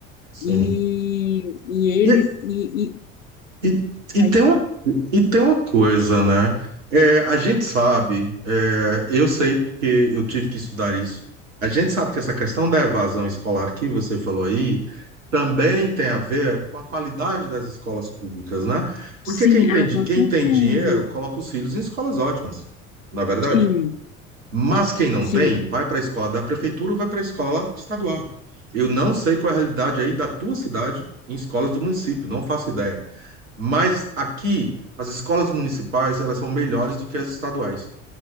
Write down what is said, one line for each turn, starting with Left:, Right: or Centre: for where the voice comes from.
Right: sim.
Left: E, e eles,
Right: E,
Left: e, e-
Right: E, e,
Left: pode
Right: tem uma,
Left: falar,
Right: e tem uma coisa, né? É, a gente sabe, é, eu sei porque eu tive que estudar isso. A gente sabe que essa questão da evasão escolar que você falou aí também tem a ver com a qualidade das escolas públicas, né? Porque
Left: sim,
Right: quem tem,
Left: ah,
Right: di-
Left: com
Right: quem
Left: certeza,
Right: tem dinheiro coloca os filhos em escolas ótimas, na verdade.
Left: sim,
Right: Mas quem não
Left: sim,
Right: tem, vai para a escola da prefeitura ou vai para a escola estadual. Eu não sei qual é a realidade aí da tua cidade em escolas do município, não faço ideia. Mas aqui, as escolas municipais, elas são melhores do que as estaduais.